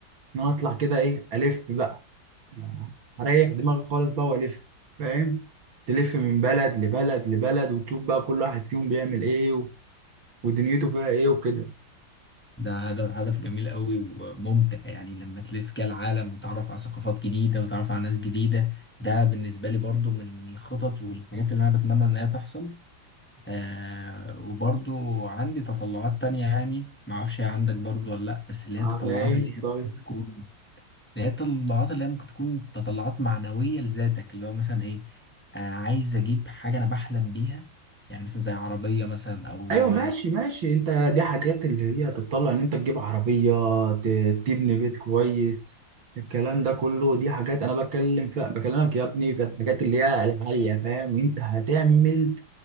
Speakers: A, on the right; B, in the centre.
A: ان انا اطلع كده ايه الف بقى يعني اريح دماغي خالص بقى والف فاهم تلف من بلد لبلد لبلد وتشوف بقى كل واحد فيهم بيعمل ايه و- ودنيته فيها ايه وكده
B: ده هدف هدف جميل قوي وممتع يعني لما تلف كده العالم وتعرف على ثقافات جديدة وتعرف على ناس جديدة ده بالنسبة لي برضو من الخطط والحاجات اللي انا بتمنى ان هي تحصل آه وبرضو عندي تطلعات تانية يعني معرفش هي عندك برضو ولا لأ بس اللي
A: على
B: هي التطلعات
A: ايه
B: اللي هي
A: طيب
B: ممكن تكون اللي هي التطلعات اللي هي ممكن تكون تطلعات معنوية لذاتك اللي هو مثلا إيه آه عايز أجيب حاجة أنا بحلم بيها يعني مثلا زي عربية مثلا أو
A: ايوه ماشي ماشي انت دي حاجات اللي هي تتطلع ان انت تجيب عربيه ت- تبني بيت كويس الكلام ده كله دي حاجات انا بتكلم فيها بكلمك يا ابني في الحاجات اللي هي العاليه فاهم انت هتعمل